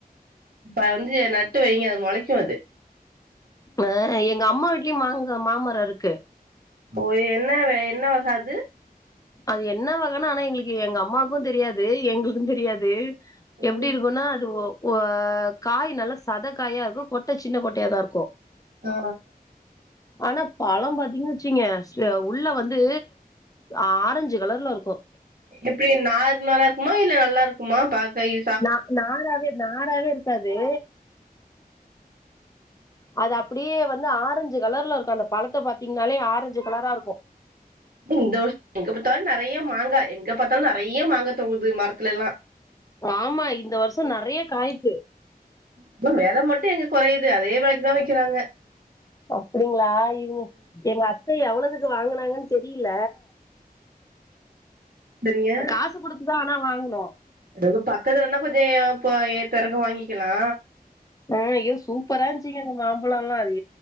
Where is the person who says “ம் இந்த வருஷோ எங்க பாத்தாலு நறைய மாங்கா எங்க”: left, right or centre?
Right